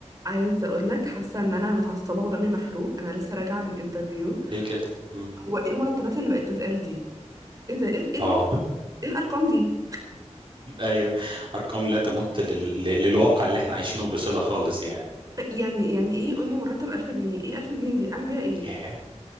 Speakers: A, on the right; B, on the right.
A: عايزه اقول لك حاسه ان انا متعصبه ودمي محروق انا لسه راجعه من انترفيو
B: ليه كده مم.
A: هو ايه المرتبات اللي بقت تتقال دي ايه ده ايه ايه,
B: اه
A: إيه الارقام دي
B: <laughs> ايوه ارقام لا تمت لل... لل- للواقع اللي احنا عايشينه بصلة خالص يعني
A: يعني يعني ايه يقول لي مرتب 1000 جنيه ايه 1000 جنيه دي اعمل بيها ايه
B: ياه